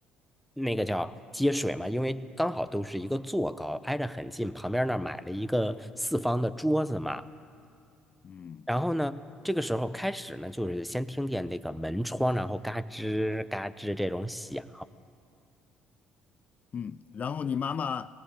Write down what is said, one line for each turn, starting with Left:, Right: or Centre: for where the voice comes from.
Centre: 那个叫接水嘛？因为刚好都是一个坐高，挨着很近，旁边那儿买了一个四方的桌子嘛。
Left: 嗯
Centre: 然后呢，这个时候开始呢，就是先听见那个门窗，然后嘎吱嘎吱这种响。
Left: 嗯，然后你妈妈